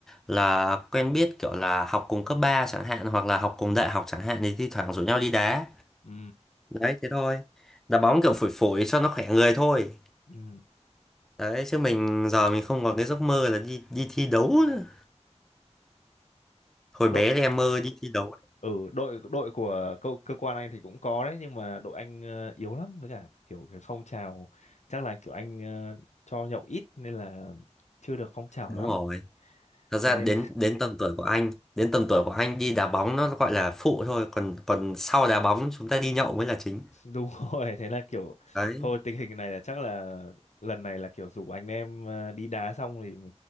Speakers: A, in the centre; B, on the left (about 75°).
A: là quen biết kiểu là học cùng cấp 3 chẳng hạn hoặc là học cùng đại học chẳng hạn thì thi thoảng rủ nhau đi đá.
B: ừ
A: Đấy thế thôi. Đá bóng kiểu phủi phủi cho nó khỏe người thôi.
B: ừ
A: Đấy chứ mình giờ mình không còn cái giấc mơ là đi đi thi đấu nữa. Hồi bé
B: đội
A: thì em mơ đi thi đấu.
B: ở đội đội của cơ, cơ quan anh thì cũng có đấy nhưng mà đội anh ờ, yếu lắm với cả kiểu cái phong trào chắc là kiểu anh ờ, cho nhậu ít nên là chưa được phong trào
A: Đúng
B: lắm
A: rồi. Thật ra
B: thế nên
A: đến đến tầm tuổi của anh, đến tầm tuổi của anh đi đá bóng nó gọi là phụ thôi, còn còn sau đá bóng chúng ta đi nhậu mới là chính.
B: đúng <laughs> rồi thế là kiểu
A: Đấy,
B: thôi tình hình này là chắc là lần này là kiểu rủ anh em ờ, đi đá xong thì